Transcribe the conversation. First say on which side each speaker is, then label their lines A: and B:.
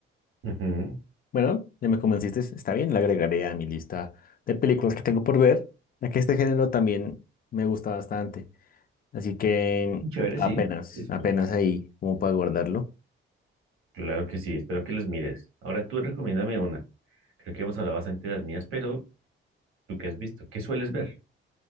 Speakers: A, on the right; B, on the left.
A: Ujú.
B: Bueno, ya me convenciste, está bien, la agregaré a mi lista de películas que tengo por ver, ya que este género también me gusta bastante. Así que
A: Muy Chévere,
B: apenas,
A: sí, se disfruta.
B: apenas ahí como para guardarlo.
A: Claro que sí, espero que los mires. Ahora tú recomiéndame una. Creo que hemos hablado bastante de las mías, pero ¿tú qué has visto? ¿Qué sueles ver?